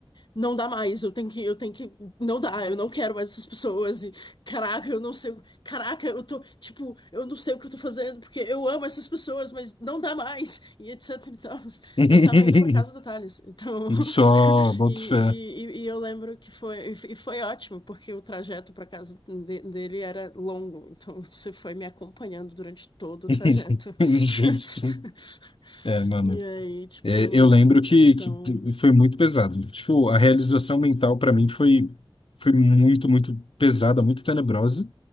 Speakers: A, on the left; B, on the left.
A: Não dá mais, eu tenho que, eu tenho que, não dá, eu não quero mais essas pessoas, e caraca, eu não sei o Caraca, eu tô, tipo, eu não sei o que eu tô fazendo, porque eu amo essas pessoas, mas não dá mais, e etc e tal.
B: <laughs>
A: Eu tava indo pra casa do Thales, então.
B: Só,
A: <laughs>
B: boto
A: E,
B: fé.
A: e, e- e eu lembro que foi, e foi ótimo, porque o trajeto pra casa de- dele era longo, então você foi me acompanhando durante todo o
B: <laughs>
A: trajeto. <laughs>
B: Justo. É, mano.
A: E aí, tipo,
B: É, eu lembro que,
A: então.
B: que foi muito pesado. Tipo, a realização mental pra mim foi, foi muito, muito pesada, muito tenebrosa.